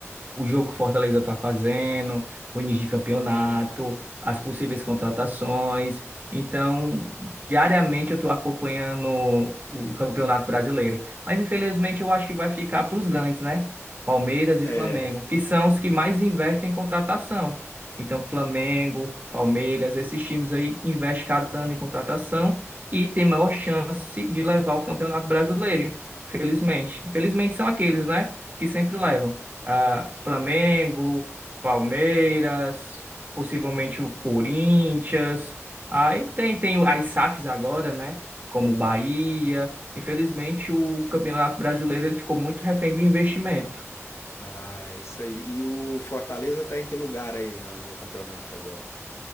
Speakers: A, on the right; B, on the left.
A: o jogo que o Fortaleza tá fazendo, o início de campeonato,
B: Hum,
A: as possíveis contratações. Então, diariamente eu estou acompanhando o Campeonato Brasileiro. Mas infelizmente eu acho que vai ficar para os grandes, né? Palmeiras
B: é,
A: e Flamengo, que são os que mais investem em contratação. Então, Flamengo, Palmeiras, esses times aí investem cada ano em contratação e tem maior chance de levar o Campeonato Brasileiro, infelizmente. Infelizmente são aqueles, né, que sempre
B: é.
A: levam. Ah, Flamengo, Palmeiras, possivelmente o Corinthians. Aí tem, tem as SAFs agora, né, como Bahia. Infelizmente, o Campeonato Brasileiro ele ficou muito refém do investimento.
B: Ah, isso aí. E o Fortaleza tá em que lugar aí na- no campeonato agora?